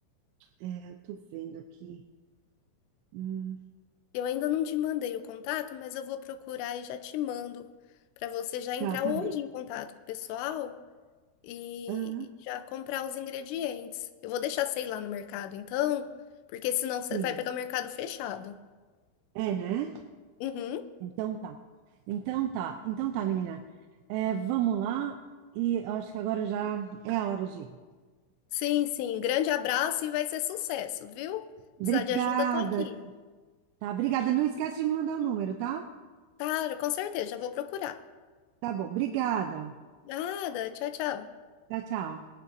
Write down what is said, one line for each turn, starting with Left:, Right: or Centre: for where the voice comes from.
Right: é, eu tô vendo aqui. Hum,
Left: Eu ainda não te mandei o contato, mas eu vou procurar e já te mando para você já entrar
Right: tá, tá
Left: hoje
Right: bem.
Left: em contato com o pessoal. e,
Right: Ah,
Left: e já comprar os ingredientes. Eu vou deixar, sei lá, no mercado, então, porque senão você
Right: sim.
Left: vai pegar o mercado fechado.
Right: É, né?
Left: Uhum.
Right: Então tá. Então tá. Então tá, menina. É, vamos lá. E eu acho que agora já é a hora de <laughs> ir.
Left: Sim, sim. Grande abraço e vai ser sucesso, viu?
Right: Obrigada,
Left: Precisar de ajuda, tô aqui.
Right: tá? Obrigada. Não esquece de me mandar o número, tá?
Left: Claro, com certeza, já vou procurar.
Right: Tá bom. Obrigada.
Left: Nada, tchau, tchau.
Right: Tchau, tchau.